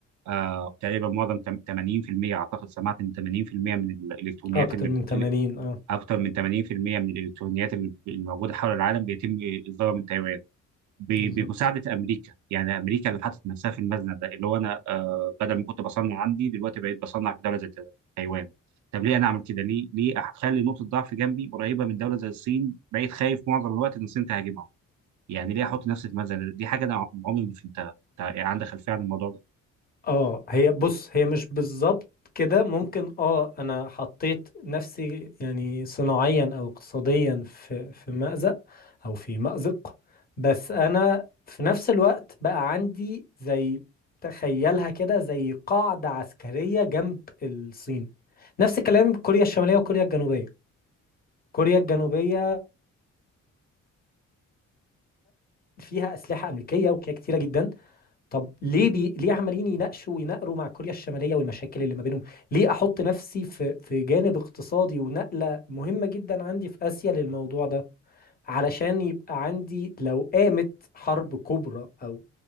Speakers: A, on the right (about 75°); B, on the left (about 30°).
A: آه تقريبا معظم تم- 80% اعتقد سمعت ان 80% من الالكترونيات
B: اكتر
A: اللي
B: من 80
A: اللي-
B: اه
A: اكتر من 80% من الالكترونيات اللي اللي موجوده حول العالم بيتم اصدارها من تايوان ب-
B: بالظبط
A: بمساعده امريكا يعني امريكا اللي حطت نفسها في المزنه ده اللي هو انا آه بدل ما كنت بصنع عندي دلوقتي بقيت بصنع في دوله زي تايوان تايوان. طب ليه انا اعمل كده ليه ليه اخلي نقطه ضعف جنبي قريبه من دوله زي الصين بقيت خايف معظم الوقت ان الصين تهاجمها يعني ليه احط نفسي في مزنه دي حاجه انا عمري ما فهمتها تع- عندك خلفيه عن الموضوع ده
B: اه هي بص هي مش بالظبط كده ممكن اه انا حطيت نفسي يعني صناعيا او اقتصاديا في في مأزق او في مأزق بس انا في نفس الوقت بقى عندي زي تخيلها كده زي قاعدة عسكرية جنب الصين نفس الكلام كوريا الشمالية وكوريا الجنوبية كوريا الجنوبية فيها أسلحة أمريكية وكده كتيرة جدا طب ليه بي... ليه عمالين يناقشوا ويناقروا مع كوريا الشمالية والمشاكل اللي ما بينهم ليه احط نفسي في في جانب اقتصادي ونقلة مهمة جدا عندي في آسيا للموضوع ده علشان يبقى عندي لو قامت حرب كبرى او